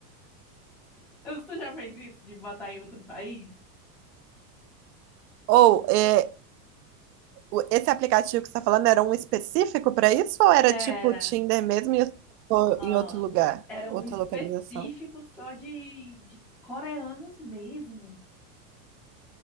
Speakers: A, in the centre; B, on the right.
A: Tu já fez isso de botar em outro país?
B: Ou é, o- esse aplicativo que você está falando era um específico para isso ou era
A: Era,
B: tipo Tinder mesmo e ou
A: ah,
B: em outro lugar,
A: era um
B: outra
A: específico
B: localização?
A: só de, de coreanos mesmo.